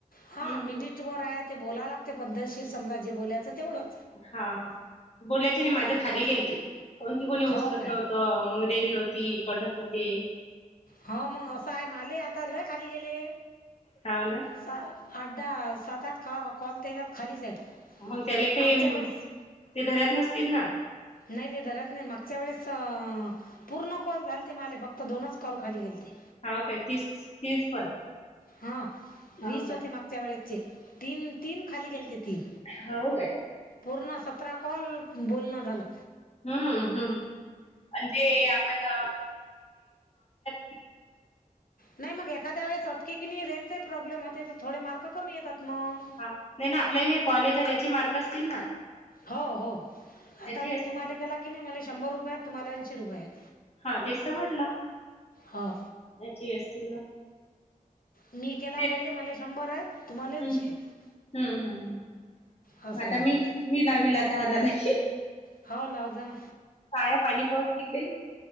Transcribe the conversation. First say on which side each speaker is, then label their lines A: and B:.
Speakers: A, on the left; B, on the left.
A: हम्म
B: हा मिनिट
A: हम्म
B: <unintelligible> ते बोलायला लागतंय पद्धतशीर, समजा जे बोलायचं तेवढं.
A: हा बोलायचं हाय ना माझं खाली गेलते. फोनबी कोणी उचलत
B: हो काय
A: नव्हतं. मग टेन होती कटत होते
B: हा मग असं हाय, माले आता लय खाली गेले.
A: हाव ना.
B: सा आठ, दहा, सात आठ कॉ कॉल त्याच्या खालीच आहेत.
A: मग त्याले काही,
B: मागच्या वेळेस
A: ते धरत नसतील ना.
B: नाही ते धरत नाही मागच्या वेळेस अं पूर्ण कॉल झालते माले फक्त दोनच कॉल खाली गेलते.
A: हाव काय तीस तीस पण
B: हा वीस
A: हाव काय
B: होते मागच्या वेळेसचे तीन, तीन खाली गेल ते तीन
A: हाव काय
B: पूर्ण सतरा कॉल बोलणं झालं.
A: हम्म हम्म, म्हणजे आपण <unintelligible>
B: नाही मग एखाद्या वेळेस अटके कि नाही रेंजचाही प्रॉब्लेम होतंय, तर थोडे मार्क कमी येतात मग.
A: हा, नाही ना आपल्याला हे कॉल येतात, ना याचे मार्क असतील ना.
B: हो हो,
A: त्याचे
B: आता मी
A: असतील
B: तुम्हाला केला की नाही मला शंभर रुपये आहेत. तुम्हाला ऐंशी रुपये आहेत.
A: हा तेच त म्हंटला.
B: हो
A: त्याची असतील ना
B: मी केला
A: ते
B: पहिले, मले शंभर आहेत. तुम्हाला ऐंशी
A: हम्म हम्म,
B: आहेत
A: हम्म हम्म हम्म.
B: असं
A: मग आता
B: आहे
A: मी
B: ते
A: मी लावीला आता हजार आहे.
B: हाव लाव जाना.
A: काय हाय पाणी पाऊस तिकडे?